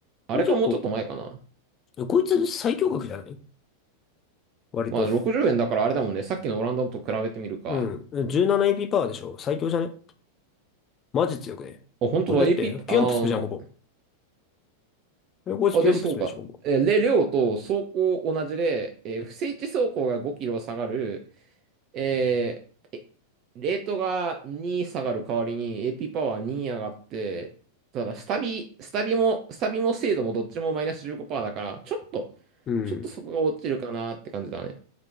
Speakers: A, on the right (about 35°); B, on the left (about 25°).
A: あれかもうちょっと前かな。
B: これ結構、こいつ最強格じゃない割と。
A: まあ、60円だからあれだもんね。さっきのオランダのと比べてみるか。
B: うん。17AP パワーでしょ最強じゃねマジ強くね。
A: あ、本当だ、
B: これだって、
A: AP、
B: ピヨンプスプじゃん、
A: ああの、
B: ほぼ。えこいつピヨンプスプでしょ、
A: あ、で、そうか。
B: ほぼ。
A: えーで、量と走行同じで、えー不整地走行が5キロ下がる、えーえレートが2下がる代わりに AP パワー2上がって、ただ、スタビ、スタビも、スタビも精度もどっちもマイナス15%だから、ちょっと、
B: うん。
A: ちょっとそこが落ちるかなって感じだね。